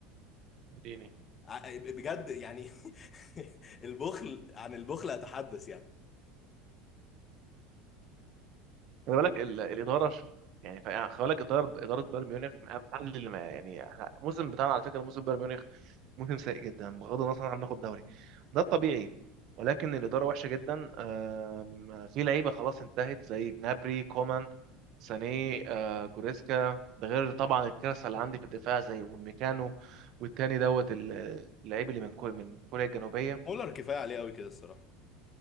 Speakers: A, on the right; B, on the left.
A: اديني
B: ع- آه، بجد يعني <laughs> البخل عن البخل اتحدث يعني
A: خلي بالك ال- الاداره ش- يعني ف- يعني خلي بالك اداره اداره بايرن ميونخ من اقل اللي ما يعني إحنا- الموسم بتاعنا على فكره موسم بايرن ميونخ موسم سيء جدا بغض النظر عن هناخد دوري ده الطبيعي ولكن الاداره وحشه جدا آم، في لعيبه خلاص انتهت زي جنابري كومان ساني آه، جوريسكا ده غير طبعا الكارثه اللي عندي في الدفاع زي وميكانو والتاني دوت ال- اللعيب اللي من كوريا من كوريا الجنوبيه
B: مولر كفايه عليه قوي كده الصراحه